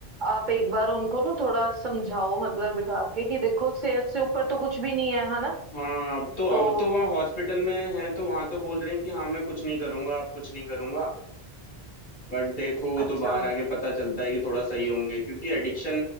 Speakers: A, on the right; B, on the left.
A: आप एक बार उनको ना थोड़ा समझाओ मतलब बिठा के कि देखो सेहत से ऊपर तो कुछ भी नहीं है है ना
B: हाँ अब तो
A: तो
B: अब तो वहाँ हॉस्पिटल में हैं तो वहाँ तो बोल रहे हैं कि हाँ मैं कुछ नहीं करूंगा अब कुछ नहीं करूंगा बट देखो वो
A: अच्छा
B: तो बाहर आके पता चलता है कि थोड़ा सही होंगे क्योंकि एडिक्शन